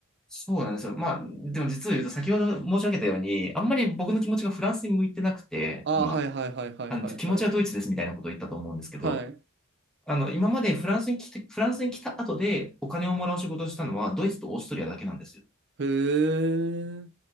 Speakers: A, in the centre; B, on the right (about 55°).
A: そうなんですよ。まあ、でも実を言うと先ほど申し上げたように、あんまり僕の気持ちがフランスに向いてなくて、
B: ああ、
A: 今、
B: はいはいはいはいはいはい。
A: あの気持ちはドイツですみたいなことを言ったと思うんですけど、
B: はい。
A: あの、今までフランスに来て、フランスに来た後でお金をもらう仕事をしたのはドイツとオーストリアだけなんですよ。
B: へえ。